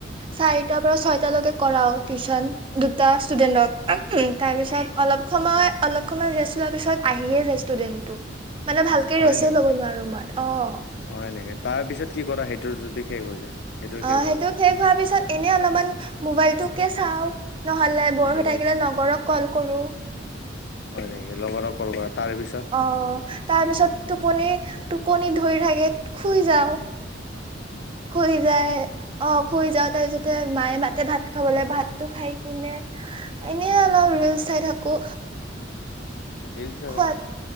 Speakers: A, on the right (about 30°); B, on the left (about 60°).
A: চাৰিটাৰ পৰা ছয়টালৈকে কৰাও টিউশচন। দুটা ষ্টুডেন্টক তাৰ পিছত অলপ সময় অলপ সময় ৰেষ্ট লোৱাৰ পিছত আহিয়ে যায় ষ্টুডেণ্টটো। মানে ভালকে
B: হয়
A: ৰেষ্টে
B: নেকি
A: ল'ব নোৱাৰো মই অ'।
B: হয় নেকি, তাৰ পিছত কি কৰা সেইটো যদি শেষ হৈ যায়? সেইটোৰ শেষ
A: অ',
B: হোৱাৰ
A: সেইটো
B: পিছত
A: শেষ হোৱাৰ পিছত এনে অলপমান মোবাইলটোকে চাও। নহলে ব'ৰ
B: মোবাইল
A: হৈ থাকিলে লগৰক ক'ল কৰো।
B: হয় নেকি লগৰক ক'ল কৰা, তাৰে পিছত?
A: অ', তাৰ পিছত টোপনি টোপনি ধৰি থাকে শুই যাও। শুই যায় অ', শুই যাও তাৰ পিছতে মায়ে মাতে ভাত খাবলৈ ভাতটো খাই কিনে এনে অলপ ৰিলচ চাই থাকো।
B: ৰিল চাই
A: খোৱাত
B: থাকা